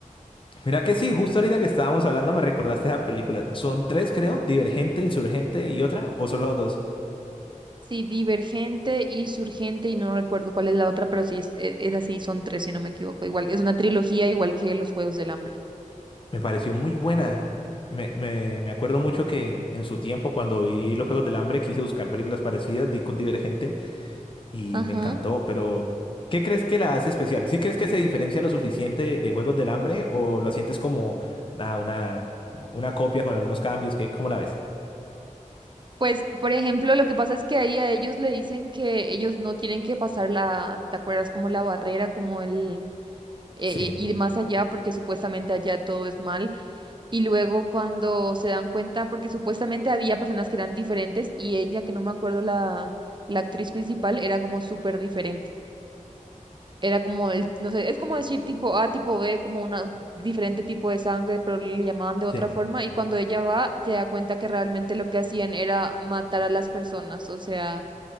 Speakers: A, on the left; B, on the right.
A: Mira que sí, justo ahorita que estábamos hablando me recordaste esa película. Son tres, creo, Divergente, Insurgente y otra, o solo son dos.
B: Sí, Divergente y Surgente y no recuerdo cuál es la otra, pero sí, es, e- es así, son tres, si no me equivoco. Igual, es una trilogía igual que los Juegos del Hambre.
A: Me pareció muy buena. Me, me, me acuerdo mucho que en su tiempo, cuando vi los Juegos del Hambre, quise buscar películas parecidas, di con Divergente. y
B: Ajá.
A: me encantó, pero ¿qué crees que la hace especial? ¿Sí crees que se diferencia lo suficiente de, de Juegos del Hambre o lo sientes como nada, una, una copia con algunos cambios? ¿Qué, cómo la ves?
B: Pues, por ejemplo, lo que pasa es que ahí a ellos le dicen que ellos no tienen que pasar la, ¿te acuerdas? Como la barrera, como el eh,
A: Sí,
B: eh, ir más allá, porque supuestamente allá todo es mal. Y luego cuando se dan cuenta, porque supuestamente había personas que eran diferentes y ella, que no me acuerdo la, la actriz principal, era como súper diferente. Era como el, no sé, es como decir tipo A, tipo B, como una diferente tipo de sangre, pero le llamaban de
A: sí.
B: otra forma. Y cuando ella va, se da cuenta que realmente lo que hacían era matar a las personas. O sea,